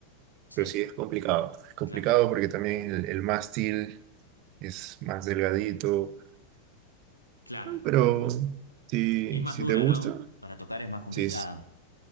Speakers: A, on the left; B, on the right.
A: Sí,
B: Pero sí es complicado, es complicado
A: claro.
B: porque también el, el mástil es más delgadito
A: Claro.
B: No, Pero si,
A: Es más
B: si
A: dura,
B: te gusta,
A: ¿no? Para tocar es más complicado.
B: si, es-